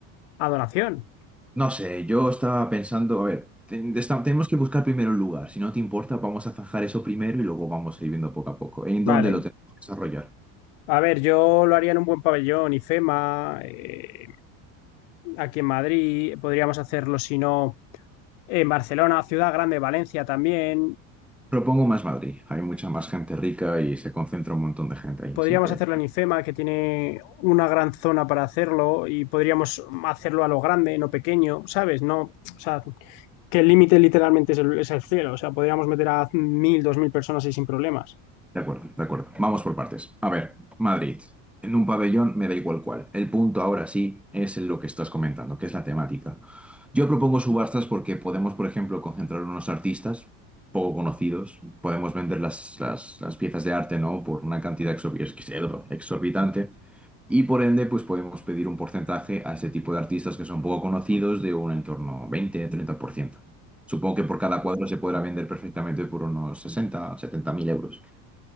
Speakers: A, on the left; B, in the centre.
A: a donación,
B: No sé, yo estaba pensando, a ver, ten- esta- tenemos que buscar primero un lugar. Si no te importa, vamos a zanjar eso primero y luego vamos a ir viendo poco a poco. ¿En
A: ¿vale?
B: dónde lo tenemos que desarrollar?
A: A ver, yo lo haría en un buen pabellón, IFEMA, eh, aquí en Madrid, podríamos hacerlo si no en Barcelona, Ciudad Grande, Valencia también,
B: Propongo más Madrid. Hay mucha más gente rica y se concentra un montón de gente ahí,
A: podríamos
B: así que...
A: hacerlo en IFEMA, que tiene una gran zona para hacerlo, y podríamos hacerlo a lo grande, no pequeño, ¿sabes? No, o sea, que el límite literalmente es el, es el cielo. O sea, podríamos meter a mil, dos mil personas ahí sin problemas.
B: De acuerdo, de acuerdo. Vamos por partes. A ver, Madrid. En un pabellón me da igual cuál. El punto ahora sí es en lo que estás comentando, que es la temática. Yo propongo subastas porque podemos, por ejemplo, concentrar unos artistas poco conocidos, podemos vender las, las- las piezas de arte, ¿no? Por una cantidad exorbi- es exorbitante y por ende, pues podemos pedir un porcentaje a ese tipo de artistas que son poco conocidos de un entorno veinte treinta por ciento Supongo que por cada cuadro se podrá vender perfectamente por unos sesenta setenta mil euros.